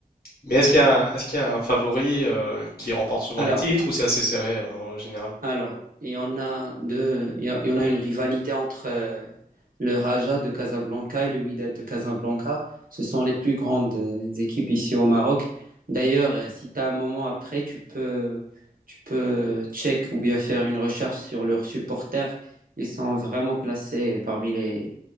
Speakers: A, on the left; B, on the right.
A: Mais est-ce qu'il y a, un- est-ce qu'il y a un favori euh, qui remporte souvent
B: Alors,
A: les titres ou c'est assez serré euh, en général?
B: Alors, il y en a deux, il y a- il y en a une rivalité entre euh, le Raja de Casablanca et le Wydad de Casablanca. Ce sont les plus grandes euh, équipes ici au Maroc. D'ailleurs, euh, si tu as un moment après, tu peux, tu peux check ou bien faire une recherche sur leurs supporters. Ils sont vraiment classés parmi les,